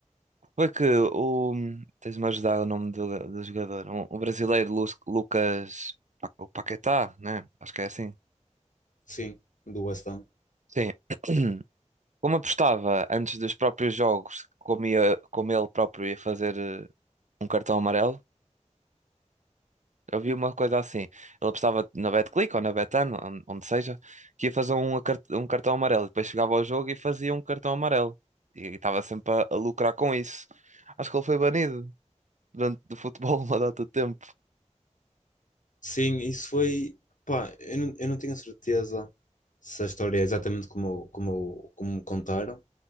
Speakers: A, on the right (about 70°); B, on the left (about 80°).
A: foi que o, hum, tens-me a ajudar o nome do, do jogador, um, o brasileiro Lu- Lucas, Pa- o Paquetá, né? Acho que é assim.
B: Sim, do West Ham.
A: Sim. <clears throat> Como apostava antes dos próprios jogos, como, ia- como ele próprio ia fazer eh, um cartão amarelo, Eu vi uma coisa assim. Ele apostava na BetClick ou na Betano, on- onde seja, que ia fazer um, acar- um cartão amarelo. E depois chegava ao jogo e fazia um cartão amarelo. E estava sempre a, a lucrar com isso. Acho que ele foi banido durante do futebol <laughs> uma data de tempo.
B: Sim, isso foi. Pá, eu não, eu não tenho certeza se a história é exatamente como, como, como me contaram,